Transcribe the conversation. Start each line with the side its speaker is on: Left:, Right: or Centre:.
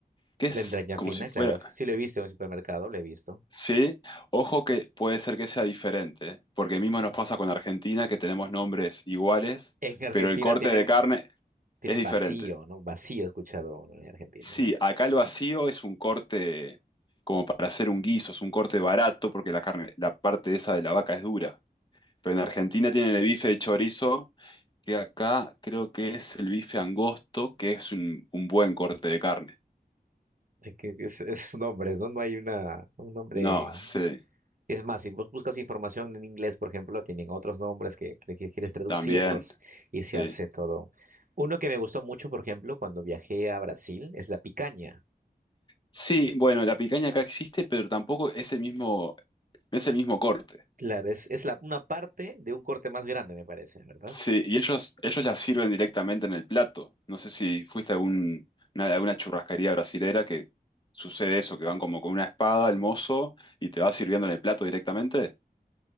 Left: que es
Right: La entraña
Left: como
Right: fina,
Left: si fuera...
Right: claro. Sí lo he visto en un supermercado, lo he visto.
Left: Sí, ojo que puede ser que sea diferente, porque mismo nos pasa con Argentina, que tenemos nombres iguales
Right: En Argentina
Left: pero el corte
Right: tienen
Left: de carne,
Right: Tienen
Left: Es diferente.
Right: vacío, ¿no? Vacío he escuchado uno en Argentina.
Left: Sí, acá el vacío es un corte como para hacer un guiso, es un corte barato porque la carne, la parte esa de la vaca es dura. Pero en Argentina tienen el bife de chorizo, que acá creo que es el bife angosto, que es un, un buen corte de carne.
Right: Hay que- Es, es nombres, ¿no? No hay una, un nombre.
Left: No, sí,
Right: Es más, si vos buscas información en inglés, por ejemplo, tienen otros nombres que, que- que quieres traducirlos
Left: también,
Right: y
Left: sí.
Right: se hace todo. Uno que me gustó mucho, por ejemplo, cuando viajé a Brasil, es la picaña.
Left: Sí, bueno, la picaña acá existe, pero tampoco es el mismo, no es el mismo corte.
Right: Claro, es, es la, una parte de un corte más grande, me parece, ¿verdad?
Left: Sí, y ellos, ellos las sirven directamente en el plato. No sé si fuiste a algún, una- alguna churrascaría brasilera que sucede eso, que van como con una espada el mozo y te va sirviendo en el plato directamente.